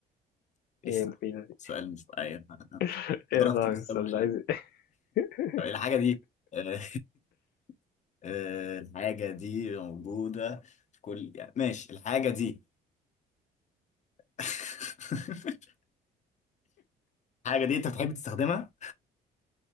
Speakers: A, on the left; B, on the left.
A: ايه
B: إيه السؤال
A: مفيدة دي
B: السؤال مش أيوة
A: <laughs>
B: أدركت
A: ايه يا صاحبي
B: إن السؤال
A: السؤال
B: مش
A: ده
B: لازم
A: عايز إيه؟ <laughs>
B: الحاجة دي آه، <laughs> آه، الحاجة دي موجودة في كل يعني ماشي الحاجة دي <laughs> الحاجة دي أنت بتحب تستخدمها؟